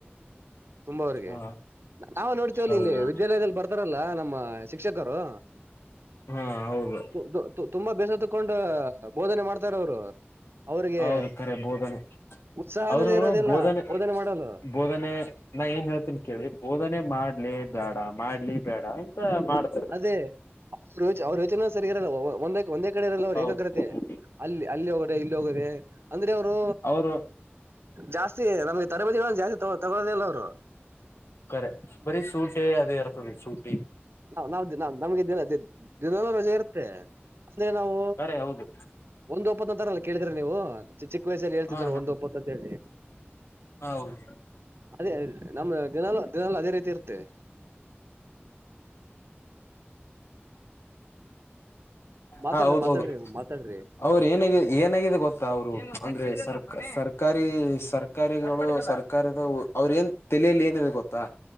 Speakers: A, on the right; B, on the left.
A: ಅವರಿಗೆ
B: ಹ
A: ನಾವು ನೋಡ್ತೇವ
B: ಹೌದು
A: ಇಲ್ಲಿ ವಿದ್ಯಾಲಯದಲ್ಲಿ ಬರ್ತಾರಲ್ಲಾ ನಮ್ಮ ಶಿಕ್ಷಕ, ದರು,
B: ಹಾ ಹೌದು
A: ತು ತ್ತು ತ್ತುತುಂಬಾ ಬೇಸತ್ತುಕೊಂಡ ಬೋಧನೆ ಮಾಡ್ತಾರ ಅವ್ರು. ಅವ್ರಿಗೆ
B: ಹೌದು ಕರೆ ಬೋದನೆ,
A: ಉತ್ಸಾಹ
B: ಅವರು
A: ಅನ್ನೋದೇ ಇರೋದಿಲ್ಲ
B: ಬೋಧನೆ,
A: ಮಾಡಲು
B: ಬೋಧನೆ, ನಾ ಏನ್ ಹೇಳ್ತೀನಿ, ಕೇಳಿ ಬೋಧನೆ ಮಾಡ್ಲಿ ಬೇಡ ಮಾಡ್ಲಿ ಬೇಡ ಅಂತ ಮಾಡ್ತಾರೆ.
A: ಅದೇ ಅವ್ರ ಯೋಚ ಅವ್ರ ಯೋಚನೆ ಸರಿ ಇರಲ್ಲ ಒಂದೇ ಕಡೆಒಂದೇ ಒಂದೇ ಕಡೆ ಇರಲ್ಲ ಅವ್ರರು
B: ಹೌದು
A: ಏಕಾಗ್ರತೆ ಅಲ್ಲಿ ಅಲ್ಲಿ ಹೋಗೋದೆ ಇಲ್ಲಿ ಹೋಗೋದೆ. ಅಂದ್ರೆ ಅವರು
B: ಅವರು
A: ಜಾಸ್ತಿ ನಮ್ಗೆ ತರಬೇತಿಗಳನ್ನು ಜಾಸ್ತಿ ತಗ ತಗೊಳ್ಳಿಲ್ಲ ಅವ್ರು. <inaudible>
B: ಕರೆ ಬರೀ ಸೂಟೆ ಅದೇ ಇರ್ತದೆ. ಸೂಟ
A: ನಾವ್ ನಾವು ದಿನ ನಮ್ಗೆ ದಿನ ದಿನಲು ರಜೆ ಇರುತ್ತೆ. ಅಂದ್ರೆ ನಾವು
B: ಕರೆ ಹೌದು.
A: ಒಂದ್ ಒಪ್ಪತ್ ಅಂತಾರಲ್ಲ ಕೇಳಿದ್ರಿ ನೀವು. ಚಿಕ್ಕ ವಯಸ್ಸಲ್ಲಿ ಹೇಳ್ತಿದ್ರ
B: ಹಾ
A: ನೋಡಿ ಒಂದ್ ಒಪ್ಪತ್ ಅಂತ ಹೇಳಿ.
B: ಹೌದು
A: ಅದೇ ನಮ್ಮ ದಿನಲು ದಿನಲು ಅದೇ ರೀತಿ,
B: <unintelligible>
A: ಇರುತ್ತೆ ಮಾತಾಡ್ರಿ
B: ಹಾ ಹೌದು
A: ಮಾತಾಡ್ರಿ
B: ಹೌದು.
A: ಮಾತಾಡ್ರಿ
B: ಅವ್ರ ಏನ ಏನಾಗಿದೆ ಗೊತ್ತಾ ಅವ್ರು ಅಂದ್ರೆ ಸರ್ ಸರ್ಕಾರಿ. ಸರ್ಕಾರಿಗಳು ಸರ್ಕಾರದ ಅವ್ರ ಏನ್ ತೆಲೆಲಿ ಏನಿದೆ ಗೊತ್ತಾ.